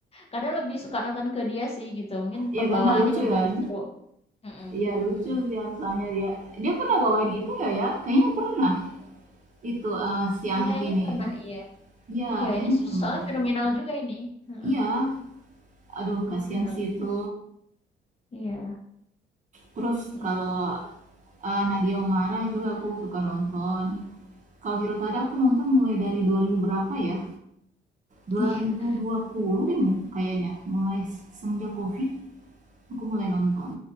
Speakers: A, on the left; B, on the right.
A: kadang lebih suka nonton ke dia sih gitu, mungkin
B: Iya
A: pembawaannya
B: karena lucu
A: lebih
B: kan.
A: seru. Mhm
B: Iya
A: mhm
B: lucu
A: mhm.
B: sih soalnya dia. Dia pernah bawain itu nggak ya? Kayaknya pernah. Itu eh, si anak
A: Kayaknya
B: ini.
A: pernah iya.
B: Iya
A: Iya,
B: kayaknya
A: ini so
B: pernah
A: soalnya
B: deh.
A: fenomenal juga ini. Heeh,
B: Iya. Aduh
A: kayaknya
B: kasihan
A: dulu viral
B: sih
A: juga.
B: itu.
A: Iya
B: Terus
A: iya.
B: kalau eh, Nadia Umara juga aku suka nonton. Kalau Hirotada aku nonton mulai dari 2000 berapa ya? dua dua
A: <laughs>
B: ribu dua puluh deh kayaknya. Mulai semenjak COVID aku mulai nonton.